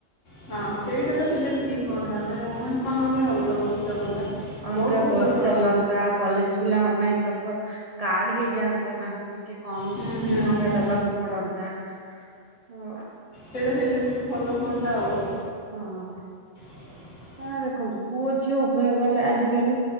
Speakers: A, on the left (about 75°); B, on the right (about 40°).
A: ହଁ ସେଇଟା ତ ହେଲେ ଠିକ ହୁଅନ୍ତା, ମାନେ ଓମେନ୍ସ ମାନଙ୍କ ପାଇଁ ଅଲଗା ବସ୍ ଚାଲନ୍ତା।
B: ଅଲଗା
A: ବହୁତ ଭଲ
B: ବସ୍
A: ହୁଅନ୍ତା
B: ଚାଲନ୍ତା, କଲେଜ୍ ପିଲାଙ୍କ ପାଇଁ ପ୍ରପର୍- କାର୍ଡ ହେଇଯାଆନ୍ତା, ତାଙ୍କୁ ଟିକେ କମ୍
A: ହୁଁ ହୁଁ
B: ଟଙ୍କା
A: ହୁଁ
B: ଦବାକୁ- ପଡ଼ନ୍ତା, ହଁ।
A: ସେଇଟା ହେଲେ ଟିକେ ଭଲ ହୁଅନ୍ତା ଆଉ।
B: ହଁ ଅ।
A: <unintelligible>
B: କାଇଁ ନା ଦେଖନ୍ତୁ, ପୁଅ ଝିଅ ଉଭୟ ଗଲେ ଆଜିକାଲି,